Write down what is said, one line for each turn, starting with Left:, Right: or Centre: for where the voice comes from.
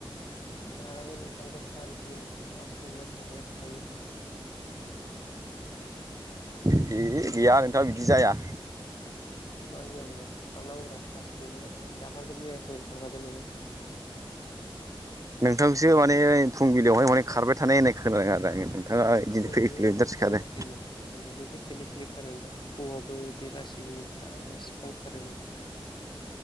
Left: खाराखै नोंथांआथ सारि किल'मिटार पास किल'मिटार थाखाबाय थाखायो
Right: ए गैया नोंथां बिदि जाया
Left: मानो जाय बेले खारनांगौरा पास किल'मिटार दाखालिथ' मेरया खारखादों नोङो
Right: नोंथांखौसो माने फुंबिलियावहाय माने खारबाय थानाय होननाय खोनाङा आरो आङो नोंथाङा बिदि कै
Left: बबेनिया
Right: किलमिटारसो
Left: नोंखौ खारबाय
Right: खारो
Left: थाखायोमोन नोंथ खेनै खेनै खारो नोंथ' फुङावबो बेलासियावबो साला इसिबां खारो